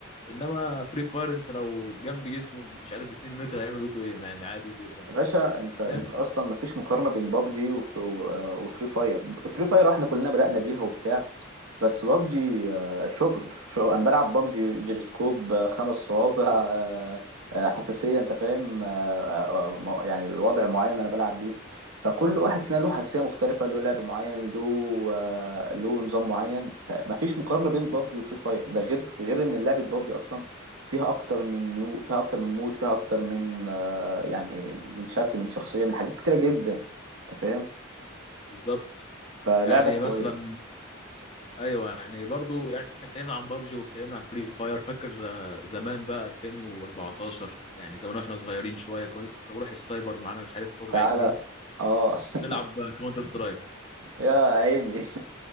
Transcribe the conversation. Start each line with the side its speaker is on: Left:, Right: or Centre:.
Left: انما فري فاير انت لو جنب جسمه مش عارف ب 2 متر هيعمل اوتو ايم يعني عادي جدا يعني
Right: يا باشا انت انت
Left: فاهم
Right: اصلا مفيش مقارنه بين بابجي وفري فاير فري فاير احنا كلنا بدأنا بيها وبتاع بس بابجي آه، شغل شغل انا بلعب بابجي جيروسكوب آه، خمس صوابع آه، آه، حساسيه انت فاهم آه، آه، آه، م- يعني الوضع معين انا بلعب بيه فكل واحد فينا له حساسيه مختلفه له لعب معين له آه، له نظام معين فمفيش مقارنه بين بابجي وفري فاير ده غير غير ان لعبه بابجي اصلا فيها اكتر من ميو فيها اكتر من مود فيها اكتر من آه، يعني إيه، من شكل من شخصيه من حاجات كتيره جدا انت فاهم
Left: بالظبط
Right: فلعبه
Left: يعني
Right: قويه
Left: مثلا ايوه يعني برضو يعني احنا اتكلمنا عن بابجي واتكلمنا عن فري فاير فاكر آه، زمان بقى 2014 يعني زمان واحنا صغيرين شويه كنا كنا بنروح السايبر معانا مش عارف ربع
Right: تعالى
Left: جنيه
Right: اه <laughs>
Left: ونلعب كاونتر سترايك
Right: يا عيني <laughs>